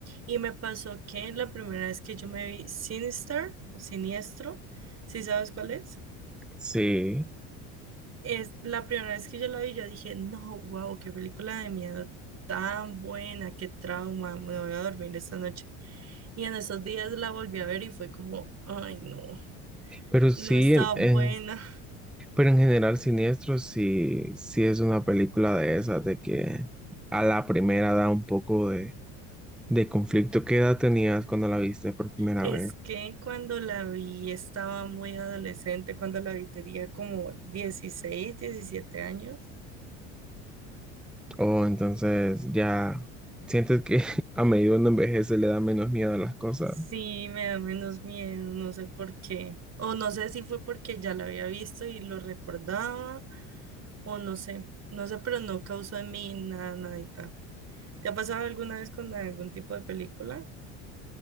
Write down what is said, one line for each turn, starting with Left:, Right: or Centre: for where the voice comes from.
Right: Y me pasó que la primera vez que yo me vi Sinister o Siniestro, ¿sí sabes cuál es?
Centre: Sí,
Right: Es la primera vez que yo la vi, yo dije, no, wow, qué película de miedo tan buena, qué trauma, me voy a dormir esta noche. Y en esos días la volví a ver y fue como, ay, no,
Centre: pero sí,
Right: no estaba
Centre: en,
Right: buena.
Centre: en-
Right: <laughs>
Centre: pero en general Siniestro sí, sí es una película de esas, de que a la primera da un poco de, de conflicto. ¿Qué edad tenías cuando la viste por primera
Right: Es
Centre: vez?
Right: que cuando la vi estaba muy adolescente, cuando la vi tenía como 16 17 años.
Centre: O entonces ya sientes que <laughs> a medida que uno envejece le da menos miedo a las cosas.
Right: Sí, me da menos miedo, no sé por qué. O no sé si fue porque ya la había visto y lo recordaba o no sé, no sé, pero no causó en mí nada, nadita. ¿Te ha pasado alguna vez con algún tipo de película?